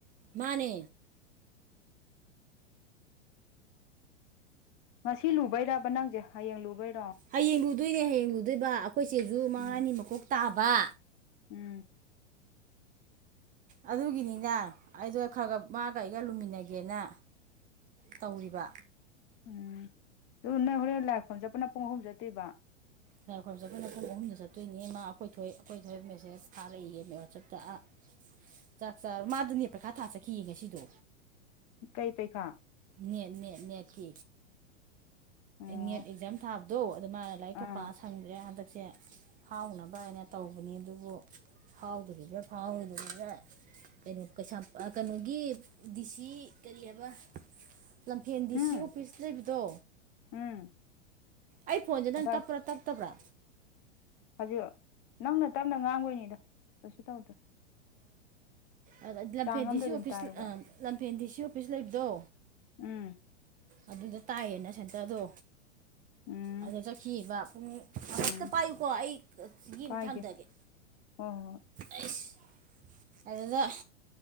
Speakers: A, on the right; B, on the left.
A: ꯃꯥꯅꯦ
B: ꯉꯁꯤ ꯂꯨꯕꯩꯔꯕ ꯅꯪꯖꯦ ꯍꯌꯦꯡ ꯂꯨꯕꯩ
A: ꯍꯌꯦꯡ ꯂꯨꯗꯣꯏꯅꯦ ꯍꯌꯦꯡ ꯂꯨꯗꯣꯏꯕ ꯑꯩꯈꯣꯏꯆꯦꯁꯨ ꯃꯉꯥꯅꯤ
B: ꯎꯝ
A: ꯃꯀꯣꯛ ꯇꯥꯕ
B: ꯎꯝ
A: ꯑꯗꯨꯒꯤꯅꯤꯗ ꯑꯩꯗꯣ ꯈꯔ ꯈꯔ ꯃꯥꯒ ꯑꯩꯒ ꯂꯨꯃꯤꯟꯅꯒꯦꯅ ꯇꯧꯔꯤꯕ
B: ꯎꯝ ꯑꯗꯨ ꯅꯣꯏ ꯍꯣꯔꯦꯟ ꯂꯥꯏ ꯈꯨꯔꯨꯝꯕ ꯆꯠꯄꯅ ꯄꯨꯡ ꯑꯍꯨꯝ ꯆꯠꯇꯣꯏꯕ
A: ꯂꯥꯏ ꯈꯣꯏꯔꯨꯝꯕ ꯆꯠꯄꯅ ꯄꯨꯡ ꯑꯍꯨꯝꯗ ꯆꯠꯇꯣꯏꯅꯦ ꯃꯥ ꯑꯩꯈꯣꯏ ꯊꯣꯏ ꯑꯩꯈꯣꯏ ꯊꯣꯏ ꯃꯦꯁꯦꯖ ꯊꯥꯔꯛꯏꯌꯦ ꯋꯥꯆꯞꯇ ꯑꯥ ꯆꯥꯛ ꯆꯥꯔ ꯃꯥꯗꯨꯅꯦ ꯄꯩꯈꯥ ꯊꯥ ꯆꯠꯈꯤꯌꯦ ꯉꯁꯤꯗꯣ
B: ꯀꯩ ꯄꯩꯈꯥ
A: ꯅꯦꯠ ꯅꯦꯠ ꯅꯦꯠꯀꯤ
B: ꯑꯣ
A: ꯅꯦꯠ ꯑꯦꯛꯖꯥꯝ ꯊꯥꯕꯗꯣ ꯪꯃꯥꯅ ꯂꯥꯏꯔꯤꯛꯀ
B: ꯑꯥ
A: ꯄꯥ ꯁꯪꯗ꯭ꯔꯦ ꯍꯟꯗꯛꯁꯦ ꯐꯎꯅꯕ ꯍꯥꯏꯅ ꯇꯧꯕꯅꯤ ꯑꯗꯨꯕꯨ ꯐꯎꯗꯣꯔꯤꯕ꯭ꯔꯥ ꯐꯥꯎꯔꯣꯏꯗ꯭ꯔꯤꯕ꯭ꯔꯥ ꯀꯩꯅꯣ ꯀꯩꯁꯥꯝ ꯀꯩꯅꯣꯒꯤ ꯗꯤꯁꯤ ꯀꯔꯤ ꯍꯥꯏꯕ ꯂꯝꯐꯦꯟ ꯗꯤ
B: ꯎꯝ
A: ꯁꯤ ꯑꯣꯐꯤꯁ ꯂꯩꯕꯗꯣ
B: ꯎꯝ
A: ꯑꯩ ꯐꯣꯟꯁꯦ ꯅꯪ
B: ꯑꯗꯥꯏ
A: ꯇꯞꯄ꯭ꯔꯥ ꯇꯞꯇꯕ꯭ꯔꯥ
B: ꯍꯧꯖꯤꯛ ꯅꯪꯅ ꯇꯞꯅ ꯉꯥꯡꯕꯩꯏꯅꯤꯗ ꯀꯩꯁꯨ ꯇꯧꯗꯦ
A: ꯑꯗ ꯂꯝꯐꯦꯟ
B: ꯆꯥꯡ ꯑꯝꯗ
A: ꯗꯤ ꯁꯤ
B: ꯑꯗꯨꯝ
A: ꯑꯣꯐꯤꯁ
B: ꯇꯥꯏꯌꯦꯕ
A: ꯑꯥ ꯂꯝꯐꯦꯟ ꯗꯤ ꯁꯤ ꯑꯣꯐꯤꯁ ꯂꯩꯕꯗꯣ
B: ꯎꯝ
A: ꯑꯗꯨꯗ ꯇꯥꯏꯌꯦꯅ ꯁꯦꯟꯇꯔꯗꯣ
B: ꯎꯝ
A: ꯑꯗ ꯆꯠꯈꯤꯕ ꯑꯟꯇ
B: ꯎꯝ
A: ꯄꯥꯏꯌꯨꯀꯣ ꯑꯩ ꯆꯤꯡꯍꯤ
B: ꯄꯥꯏꯒꯦ
A: ꯑꯝ ꯊꯥꯡꯗꯒꯦ
B: ꯍꯣꯏ ꯍꯣꯏ
A: ꯑꯏꯁ ꯑꯗꯨꯗ